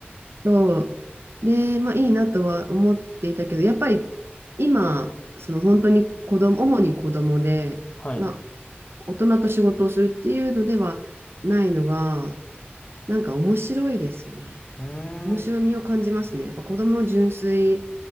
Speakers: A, on the right; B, on the left.
A: そう。で、まあいいなとは思っていたけど、やっぱり今、その本当に子供、主に子供で、
B: はい。
A: まあ大人と仕事をするっていうのではないのが、
B: う
A: なんか面白いですよね。
B: ーん。
A: 面白みを感じますね。やっぱ子供の純粋